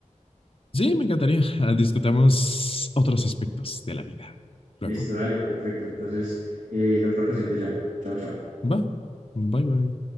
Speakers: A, on the left; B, on the right.
A: Sí, me encantaría. Ah, Discutamos otros aspectos de la vida. Luego.
B: Listo, dale, perfecto. Entonces, eh, en otra ocasión te llamo. Chao, chao.
A: Va. Bye bye.